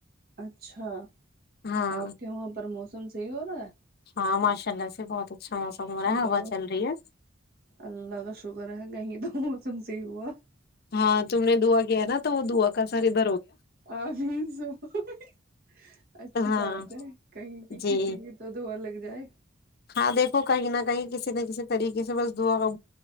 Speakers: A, on the right; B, on the left.
A: اچھا
B: ہاں
A: آپ کے وہاں پر موسم صحیح ہو رہا ہے
B: ہاں ماشاء اللہ سے بہت اچھا موسم ہو رہا
A: چلو
B: ہے ہوا چل رہی ہے
A: اللہ کا شکر ہے کہیں تو تم سےی ہوا
B: ہاں تم نے دھواں کیا نا تو وہ دھواں کا سر ب
A: آ سو <unintelligible> اچھی
B: ہاں
A: بات ہے کہیں کہ
B: جی
A: کسی کی تو دوا لگ گائے <unintelligible>
B: ہاں دیکھو کہیں نہ کہیں کسی نہ کسی طریقے سے بس دعا ہو